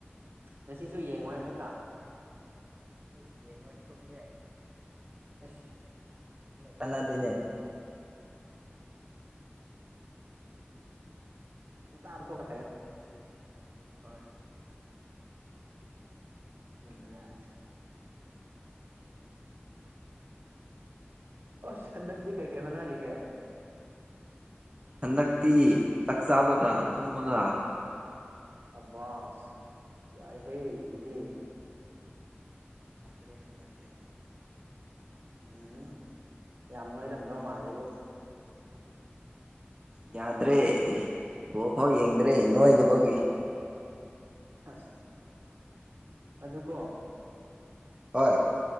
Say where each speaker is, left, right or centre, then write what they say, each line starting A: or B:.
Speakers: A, on the right; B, on the right.
A: ꯉꯁꯤꯁꯨ ꯌꯦꯡꯉꯣꯏ ꯑꯃꯨꯛꯀꯥ
B: ꯁꯤꯁꯨ ꯌꯦꯡꯉꯣꯏ ꯇꯨꯡꯒꯦ
A: ꯑ
B: ꯆꯅꯗꯅꯦ
A: ꯏ ꯇꯥꯔ ꯊꯣꯛꯒ ꯐ
B: ꯍ
A: ꯎꯝ ꯑꯣ ꯁꯗꯛꯗꯤ ꯀꯦ ꯀꯩ ꯍꯧꯅꯔꯒꯦ
B: ꯍꯟꯗꯛꯇꯤ ꯆꯥꯛ ꯆꯥꯕꯒ ꯇꯨꯝꯕꯒ
A: ꯑꯕꯁ ꯌꯥꯏ ꯍꯦ ꯑꯗꯨꯗꯤ
B: ꯑꯗꯨ꯭ꯔꯦ ꯂꯁꯦ
A: ꯎꯝ ꯌꯥꯝ ꯅꯣꯏꯔꯝꯗꯧ ꯃꯥꯜꯂꯦꯕꯨ
B: ꯌꯥꯗ꯭ꯔꯦ ꯕꯣ ꯐꯥꯎ ꯌꯦꯡꯗ꯭ꯔꯦ ꯅꯣꯏꯗꯨꯐꯥꯎꯒꯤ
A: ꯑ ꯑꯗꯨ ꯑꯗꯨ ꯀꯣ
B: ꯍ